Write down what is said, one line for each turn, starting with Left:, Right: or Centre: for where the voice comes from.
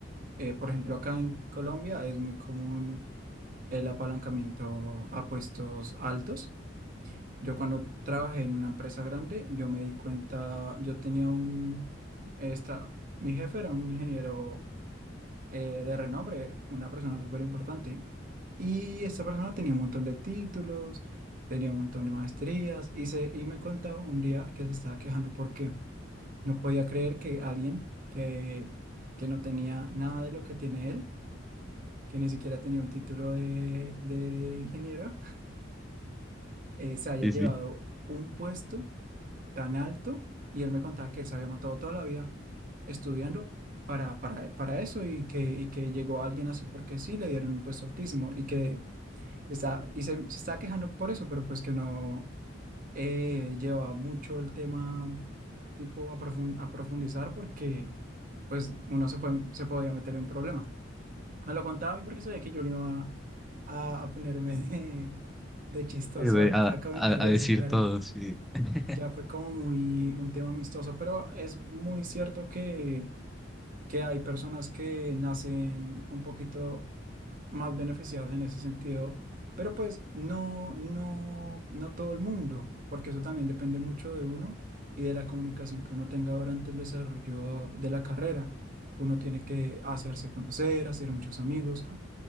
Right: eh, por ejemplo, acá en Colombia es muy común el apalancamiento a puestos altos. Yo cuando trabajé en una empresa grande, yo me di cuenta, yo tenía un, esta, mi jefe era un ingeniero eh, de renombre, una persona súper importante. Y esta persona tenía un montón de títulos, tenía un montón de maestrías y, se, y me contaba un día que se estaba quejando porque no podía creer que alguien que, que no tenía nada de lo que tiene él, que ni siquiera tenía un título de, de ingeniero, eh, se haya
Centre: Sí,
Right: llevado
Centre: sí.
Right: un puesto tan alto y él me contaba que él se había matado toda la vida estudiando para, para, para eso y que, y que llegó alguien así porque sí, le dieron un puesto altísimo y que está, y se, se está quejando por eso, pero pues que no eh, lleva mucho el tema tipo a, profun- a profundizar porque pues uno se, puede, se podía meter en un problema. Me lo contaba a mí porque sabía que yo no iba a, a- a ponerme <laughs> de, de chistoso
Centre: Eh, de-
Right: a,
Centre: A,
Right: a comentar
Centre: a- a
Right: eso,
Centre: decir
Right: claro.
Centre: todo, sí. <laughs>
Right: Ya fue como muy un tema amistoso, pero es muy cierto que, que hay personas que nacen un poquito más beneficiadas en ese sentido, pero pues no, no, no todo el mundo, porque eso también depende mucho de uno y de la comunicación que uno tenga durante el desarrollo de la carrera. Uno tiene que hacerse conocer, hacer muchos amigos